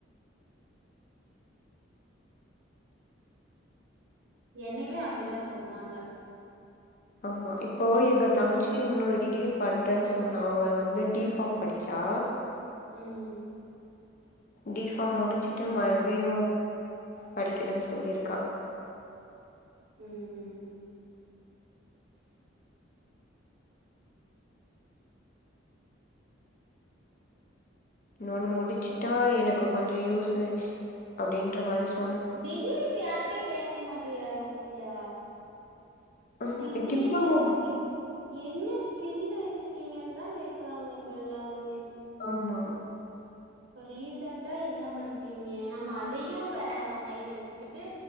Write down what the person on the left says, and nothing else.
ஆம்மா இப்போ எங்க தங்கச்சி இன்னொரு டிகிரி பண்றேனு சொன்னா அவ வந்து டி ஃபார்ம் படி சா
டி ஃபார்ம் முடிச்சுட்டு மறுபடியு படிக்கிறேனு சொல்லியிருக்கா
இன்னோன்னு முடிச்சுட்டா எனக்கு கொஞ்சோ யூஸு அப்டின்ற மாரி சொ
ம்
டிப்ளமோ
ஆம்மா